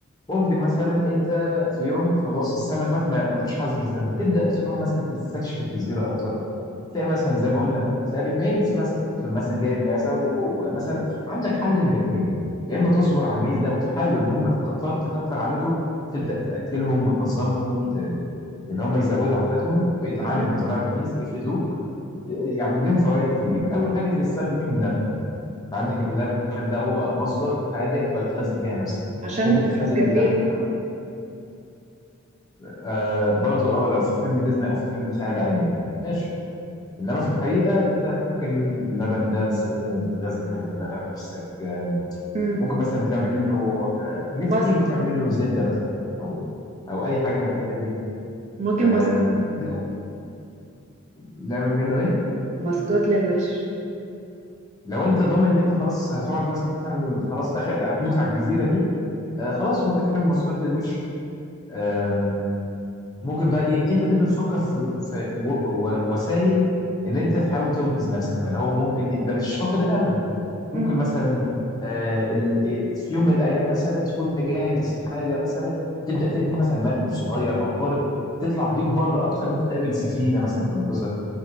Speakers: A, on the left; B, on the right.
A: ممكن مثلا انت في يوم خلاص السمك مثلا ما ما فيش حظر السمك تبدا تروح مثلا تستكشف الجزيره اكتر تلاقي مثلا زي ما قلنا ممكن تلاقي بالمعيز مثلا تقوم مثلا جايب معزه ومثلا عندك حل من الاثنين يا اما تصبر على المعيز ده وتحاول ان هم تكتر تكتر عددهم تبدا تاكلهم وتنظمهم ت... اللي هم يزودوا عددهم بقيت
B: مم.
A: عامل مزرعه معيز يفردوك يعني لهم فوائد كتير اول حاجه تستخدم منهم لبن عندك اللبن ده هو بقى مصدر حاجه تغذي بيها نفسك
B: عشان
A: ممكن تخلي
B: نسكافيه
A: من اللبن ده ممكن آه برضو اه لو في فيلم ديزني او في فيلم خيال علمي يعني ماشي انما في الحقيقه انت ممكن اللبن ده تستخدمه في غزل نفسك آه،
B: امم
A: ممكن مثلا تعمل منه آه، حاجات
B: ماسك
A: كتير ممكن تعمل منه زبده مثلا او او اي حاجه من الحاجات دي
B: ممكن
A: آم،
B: ماسكات
A: لا نعمل منه ايه
B: ماسكات للوش
A: لو انت ضامن ان انت خلاص هتقعد مثلا خلاص اخر هتموت على الجزيره دي آه، خلاص ممكن تعمل ماسكات للوش آم، ممكن بقى ايه انت تبدا تفكر في, في و- و- وسائل ان انت تحاول تنقذ نفسك بقى اللي هو ممكن انت مش فاقد الامل ممكن
B: مم.
A: مثلا آه، ال- آه، في يوم من الايام مثلا تكون مجهز حاجه مثلا تبدا تبني مثلا مركب صغير او قارب تطلع بيه لبره اكتر ممكن تقابل سفينه مثلا تنقذك